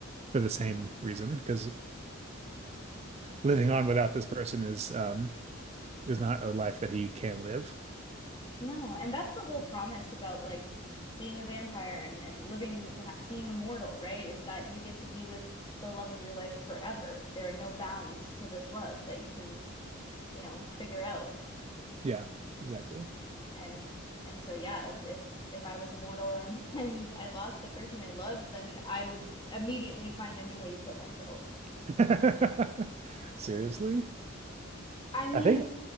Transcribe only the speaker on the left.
No, and that's the whole promise about like being a vampire and, and living, ha- being immortal, right? Is that you get to be with the love of your life forever. There are no bounds to this love that you can, you know, figure out.
And and so yeah, if if if I was immortal and <laughs> and I lost the person I loved, then I would immediately find any way to kill myself.
I mean,